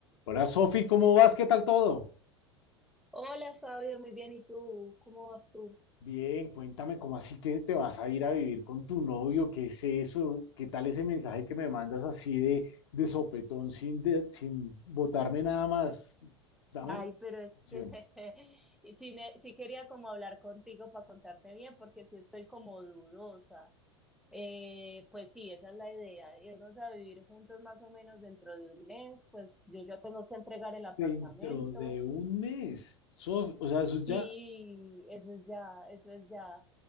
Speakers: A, on the left (about 70°); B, in the centre.
A: Hola Sofi, ¿cómo vas? ¿Qué tal todo?
B: Hola Fabio, muy bien. ¿Y tú? ¿Cómo vas tú?
A: Bien, cuéntame, ¿cómo así que te vas a ir a vivir con tu novio? ¿Qué es eso? ¿Qué tal ese mensaje que me mandas así de, de sopetón sin, de- sin botarme nada más? Dame
B: Ay, pero
A: información.
B: es que <laughs> y sí, ne- sí quería como hablar contigo para contarte bien, porque sí estoy como dudosa. Eh, pues sí, esa es la idea, irnos a vivir juntos más o menos dentro de un mes, pues yo ya tengo que entregar el apartamento.
A: Dentro de un mes, Sofi, o sea, eso es ya,
B: Sí, eso es ya, eso es ya.